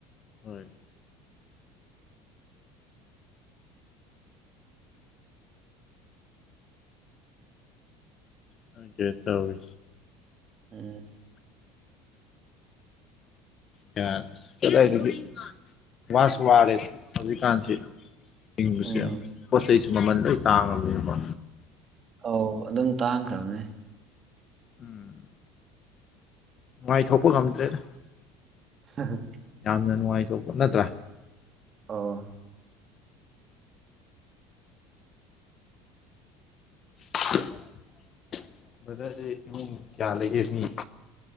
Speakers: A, on the left; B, on the right.
A: ꯍꯣꯏ ꯈꯪꯗꯦ ꯇꯧꯔꯤꯁꯦ
B: ꯎꯝ
A: ꯀꯥꯅ ꯑꯁ ꯀꯗꯥꯏꯗꯒꯤ ꯋꯥꯁꯨ ꯋꯥꯔꯦꯗ ꯍꯧꯖꯤꯛꯀꯥꯟꯁꯤ ꯍꯤꯡꯕꯁꯨ
B: ꯎꯝ
A: ꯌꯥꯝ ꯄꯣꯠ ꯆꯩꯁꯨ ꯃꯃꯜ ꯂꯣꯏ ꯇꯥꯡꯉꯕꯅꯤꯅꯀꯣ
B: ꯑꯧ ꯑꯗꯨꯝ ꯇꯥꯡꯈ꯭ꯔꯕꯅꯦ
A: ꯎꯝ ꯃꯥꯏꯊꯣꯛꯄ ꯉꯝꯗ꯭ꯔꯦꯗ
B: <unintelligible>
A: ꯌꯥꯝꯅ ꯅꯨꯡꯉꯥꯏꯊꯣꯛꯄ ꯅꯠꯇ꯭ꯔꯥ
B: ꯑꯣ
A: <inaudible> ꯕꯖꯥꯔꯁꯦ ꯏꯃꯨꯡ ꯀꯌꯥ ꯂꯩꯒꯦ ꯃꯤ